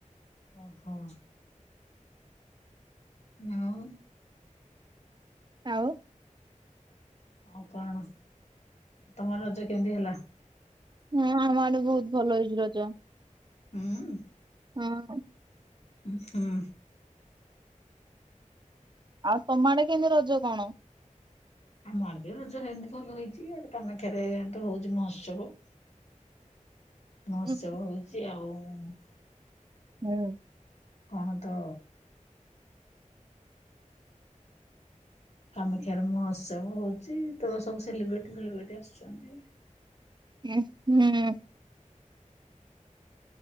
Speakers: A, on the left; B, on the right.
A: ଓହୋ। ନା ଆଉ
B: ଆଉ?
A: ଆଉ କଣ ତମର ରଜ କେମିତି ହେଲା?
B: ହୁଁ ଆମ ଆଡ଼େ ବହୁତ୍ ଭଲ ହେଇଚି ରଜ।
A: ଉଁ।
B: ହୁଁ।
A: ଉଁ ହୁଁ।
B: ଆଉ ତମ ଆଡ଼େ କେମିତି ରଜ କଣ?
A: ଆମ ଆଡ଼େବି ରଜ ହେମିତି ଭଲ ହେଇଚି ଇଆଡ଼େ କାମାକ୍ଷାରେତ ହଉଚି ମହୋତ୍ସବ। ମହୋତ୍ସବ
B: ଉଁ
A: ହଉଚି ଆଉ
B: ହୁଁ।
A: କଣ ତ କାମାକ୍ଷାରେ ମହୋତ୍ସବ ହଉଚି ତସବୁ ସେଲିବ୍ରେଟି ଫେଲିବ୍ରେଟି ଆସିଚନ୍ତି।
B: ଉଁ ହୁଁ।